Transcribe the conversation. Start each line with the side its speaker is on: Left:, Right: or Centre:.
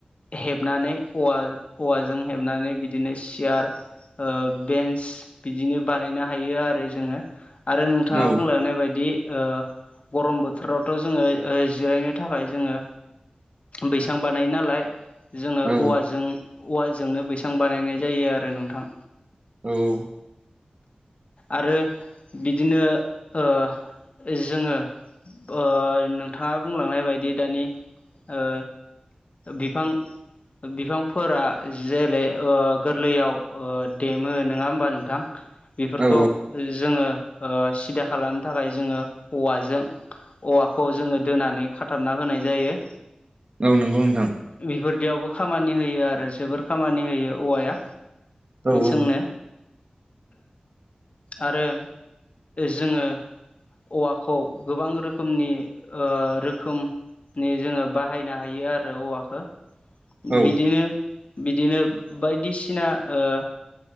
Left: हेबनानै औवा औवाजों हेबनानै बिदिनो सियार ओ बेन्स बिदिनो बानायनो हायो आरो जोङो। आरो नोंथाङा
Right: औ
Left: बुंलांनाय बायदि ओ गरम बोथोरावथ' जोङो ओ जिरायनो थाखाय जोङो बैसां बानायो नालाय जोङो
Right: औ
Left: औवाजों औवाजोंनो बैसां बानायनाय जायो आरो नोंथां।
Right: औ-औ।
Left: आरो बिदिनो ओ जोङो ओ नोंथाङा बुंलांनाय बायदि दानि ओ बिफां बिफांफोरा जेरै ओ गोरलैयाव ओ देमो, नङा होमबा नोंथां? बेफोरखौ
Right: औ
Left: जोङो ओ सिदा खालामनो थाखाय जोङो औवाजों औवाखौ जोङो दोनानै खाथाबना होनाय जायो।
Right: औ नंगौ नोंथां।
Left: बेफोरदियावबो खामानि होयो आरो जोबोर खामानि होयो औवाया
Right: औ
Left: जोंनो।
Right: औ
Left: आरो जोङो औवाखौ गोबां रोखोमनि ओ रोखोम नि जोङो बाहायनो हायो आरो औवाखो।
Right: औ
Left: बिदिनो-बिदिनो बायदिसिना ओ